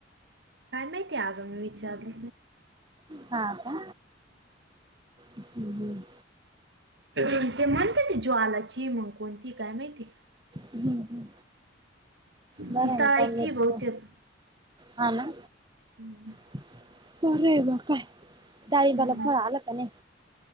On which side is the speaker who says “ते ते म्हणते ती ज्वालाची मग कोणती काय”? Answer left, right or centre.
Right